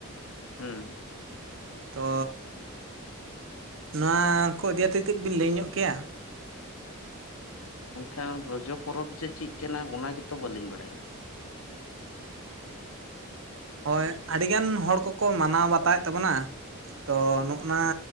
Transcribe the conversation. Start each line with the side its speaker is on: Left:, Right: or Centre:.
Left: ᱦᱮᱸ
Right: ᱛᱚ ᱱᱚᱣᱟ ᱠᱚ ᱤᱫᱤ ᱛᱮ ᱠᱟᱹᱡ ᱵᱤᱱ ᱞᱟᱹᱭ ᱧᱚᱜ ᱠᱮᱭᱟ?
Left: ᱦᱮᱸ ᱜᱚᱝᱠᱮ ᱨᱚᱡᱚ ᱯᱚᱨᱚᱵᱽ ᱡᱮ ᱪᱮᱫ ᱠᱟᱱᱟ ᱚᱱᱟ ᱜᱮᱛᱚ ᱵᱟᱹᱞᱤᱧ ᱵᱟᱲᱟᱭᱟ᱾
Right: ᱦᱳᱭ ᱟᱹᱰᱤᱜᱟᱱ ᱦᱚᱲ ᱠᱚᱠᱚ ᱢᱟᱱᱟᱣ ᱵᱟᱛᱟᱣᱮᱫ ᱛᱟᱵᱚᱱᱟ᱾ ᱛᱚ ᱱᱚᱜᱼ ᱱᱚᱣᱟ